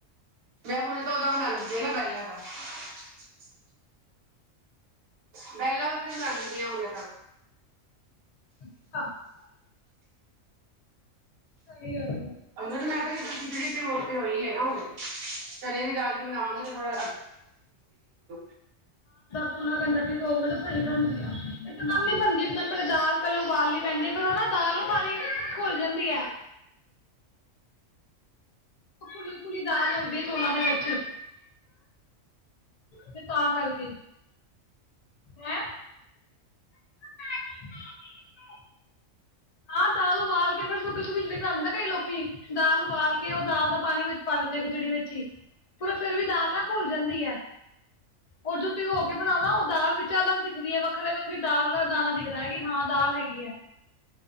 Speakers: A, on the right; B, on the left.
A: ਮੈਂ ਹੁਣ ਤਾਂ ਦਾਂ ਬਣਾਉਦੀ ਨਾ ਬਹਿਲਾਂ ਦਾ <unintelligible> ਮਹਿਲਾਂ ਵਾਸਤੇ ਸੁਣਾਉਦੀ ਪਆਂ ਹੁਨੇ ਤਾਂ
B: <unintelligible> ਸਹੀ ਗੱਲ ਆ।
A: ਅੰਗੜ ਨਾ ਕ ਜਿਹੜੀ ਤੇ ਮੁੋੇ ਹੋਈ ਹੈ ਨਾ ਉਹਦੇ ਚੜ ਵੀ ਦਾਲ ਕੇ ਬਣਾਾਂਗੇ ਤੇ ਥੋੜਾ <unintelligible>
B: ਪੂਣਾ ਗ ਸਈ ਬਣਦੀ ਆ ਇਕਦਮ ਨੀ ਬਣਦੀ ਇਕਮ ਪਹਿਲੇ ਦਾਲ ਪਹਿਲੇ ਉਬਾਲਣੀ ਪੈਂਦੀ ਫਿਰ ਉਹ ਨਾ ਦਾਲ ਸਾਰੀ ਘੁਲ ਜਾਂਦੀ ਆ ਘੜੀ, ਘੁੜੀ ਦਾਲ ਲੱਗਦੀ ਹੈ ਚੋਲਾਂ ਦੇ ਵਿੱਚ ਤੇ ਤਾਂ ਕਰਕੇ ਹੈ। <unintelligible> ਹਾਂ ਦਾਲ ਉਬਾਲ ਕੇ ਫਿਰ ਸੁੱਕੀ ਸੁੱਕੀ ਖਿਚੜੀ ਬਣਾਉਂਦੇ ਨਾ ਕਈ ਲੋਕੀ ਦਾਲ ਉਬਾਲ ਕੇ ਉਹ ਦਾਲ ਦਾ ਪਾਣੀ ਵਿੱਚ ਪਾ ਲਿੰਦੇ ਖਿਚੜੀ ਵਿੱਚ ਹੀ ਪਰਿਰ ਫੇਿਰ ਵੀ ਦਾਲ ਨਾ ਘੁਲ ਜਾਂਦੀ ਹੈ ਉਹ ਜੋ ਭਿਓ ਕੇ ਬਣਾਉ ਨਾ ਉਹ ਦਾਲ ਵਿੱਚ ਅਲੱਗ ਦਿਖਦੀ ਹੈ ਵੱਖਰੇ ਵੱਖਰੀ ਦਾਲ ਦਾ। ਦਾਣਾ ਦਿਖਦਾ ਹੈ ਕਿ ਹਾਂ ਦਾਲ ਹੈਗੀ ਹੈ